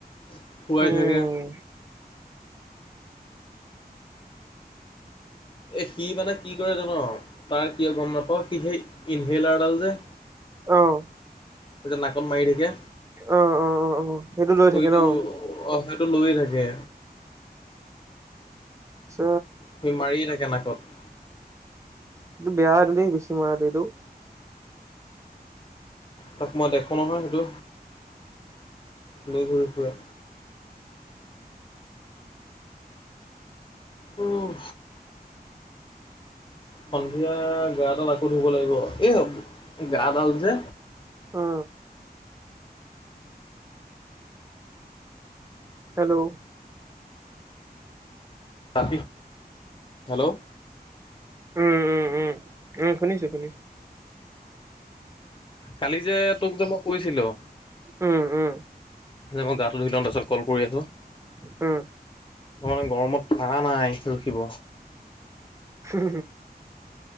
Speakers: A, on the left; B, on the right.
A: থুৱাই
B: উম
A: থাকে। এই সি মানে কি কৰে জান তাৰ কিয় গম নাপাওঁ সি সেই ইনহেলাৰডাল যে
B: অ'।
A: এই যে নাকত মাৰি থাকে
B: অ অ অ অ লৈ
A: সেইটো
B: থাকে ন।
A: অ সেইটো লৈয়ে থাকে
B: উ
A: সি মাৰিয়ে থাকে নাকত
B: এইটো বেয়া আদুলি দিছোঁ মই ৰাতিটো।
A: তাক মই দেখোঁ নহয় সেইটো এনেই ঘূৰি ফুৰে উম সন্ধিয়া গা এডাল আকৌ ধুব লাগিব এ গা এডাল যে
B: অ হেল্ল'
A: ৰা হেল্ল'
B: উম উম উম উম শুনিছো শুনিছো
A: কালি যে তোক যে মই কৈছিলোঁ।
B: উম উম
A: যে মই গাটো ধু লওঁ তাৰপছত কল কৰি আছোঁ।
B: উ
A: মই মানে গৰমত পাৰা নাই ৰখিব।
B: শুু